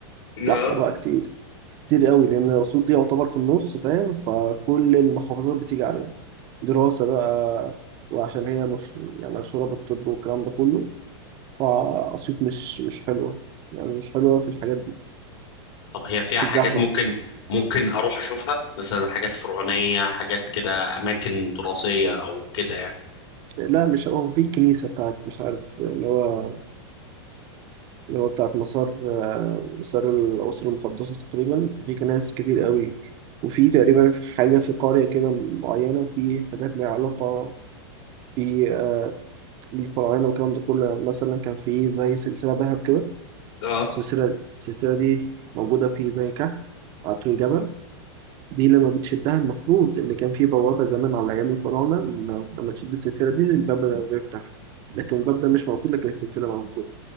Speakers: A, on the left (about 75°); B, on the right (about 30°).
A: اه
B: زحمة بقى كتير كتير قوي لأن الأسيوط دي يعتبر في النص فاهم فكل المحافظات بتيجي عليها دراسة بقى وعشان هي مش يعني مشهورة بالطب والكلام ده كله فأسيوط مش مش حلوة يعني مش حلوة في الحاجات دي
A: طب هي فيها
B: في
A: حاجات
B: الزحمة
A: ممكن ممكن اروح اشوفها مثلا حاجات فرعونية حاجات كده اماكن تراثية او كده يعني
B: لا مش هو في الكنيسة بتاعت مش عارف اللي هو اللي هو بتاعت مسار آه، مسار الأسرة المقدسة تقريبا ففي كنائس كتير قوي وفي تقريبا حاجة في قرية كده معينة في حاجات ليها علاقة ب- آه، بالفراعنة والكلام ده كله يعني مثلا كان في زي سلسلة ذهب كده
A: اه
B: السلسلة السلسلة دي موجودة في زي كهف في الجبل دي لما بتشدها المفروض إن كان في بوابة زمان على أيام الفراعنة إن لما تشد السلسلة دي الباب ده بيفتح لكن الباب ده مش موجود لكن السلسلة موجودة